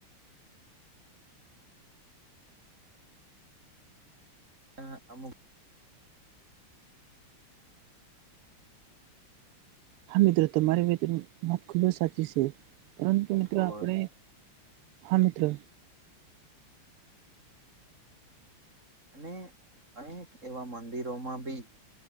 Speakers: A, on the right; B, on the right.
A: આ અમુક
B: હા મિત્ર તમારી વાત ખૂબ જ સાચી છે પરંતુ મિત્ર
A: હોય
B: આપણે હા મિત્ર
A: અને અનેક એવા મંદિરોમાં બી